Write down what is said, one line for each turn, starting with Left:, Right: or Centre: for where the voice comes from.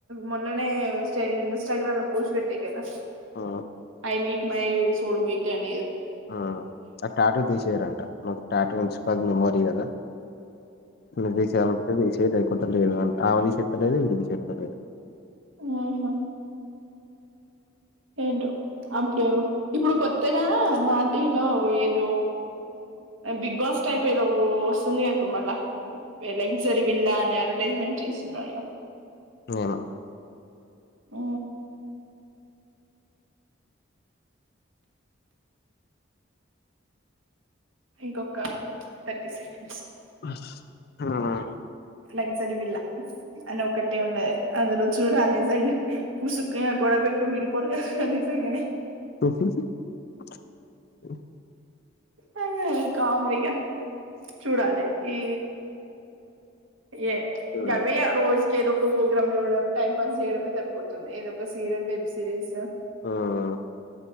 Right: మొన్ననే ఇన్స్టాగ్రామ్ లో పోస్ట్ పెట్టా గదా
Left: ఆ
Right: I meet my soul mate and
Left: ఆ ఆ ఆ టాటూ తీశేయరంటా నువ్ టాటు ఉుంచ్ అది మెమొరీ గదా నువ్ తీశేయాలి అనుకుంటే తీశేయ్ దానిక్ <unintelligible> లేదు అంట ఆమె తీశేత లేదు వీడు తీశేతలేడు
Right: ఊహు ఏంటో. <unintelligible> ఇప్పుడు కొత్తగా మాటీవిలో ఏదో బిగ్ బాస్ టైప్ ఏదో వస్తుందిగా ఇప్పుడు మళ్ళా. లగ్జరీ విల్లా అని అడ్వర్టైజ్మెంట్ చేస్తున్నారుగ
Left: ఇవాళా
Right: ఊ ఇంకొకా థర్టీ సెకండ్
Left: ఆ
Right: లగ్జరీ విల్లా అని ఒక్కటే ఉన్నదది అందులో చూడాలి నిజంగా పుసుక్కునా గొడవ పెట్టుకొని విడిపోరుగా నిజంగనే.
Left: <unintelligible>
Right: ఆ కామెడిగా చూడాలి ఈ ఏ
Left: చూడండి
Right: గవ్యె ఇగా రోజ్ ఏదో ఒక ప్రోగ్రామ్ చూడడం టైం పాస్ చేయడమే సరిపోతుంది. ఏదో ఒక సీరియల్, వెబ్ సిరీస
Left: ఉమ్